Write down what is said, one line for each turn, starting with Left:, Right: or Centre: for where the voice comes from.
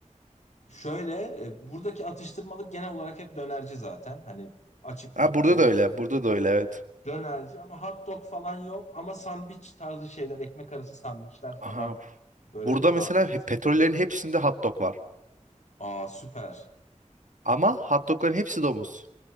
Left: Şöyle e, buradaki atıştırmalık genel olarak hep dönerci zaten. Hani açık
Right: Ha
Left: bulabileceğin
Right: burada da öyle. Burada da öyle evet.
Left: dönerci ama hot dog falan yok. Ama sandviç tarzı şeyler ekmek arası sandviçler
Right: Aha.
Left: falan böyle
Right: Burada mesela
Left: daha fazla.
Right: he- petrollerin hepsinde hot dog var.
Left: Aa süper.
Right: Ama hot dogların hepsi domuz.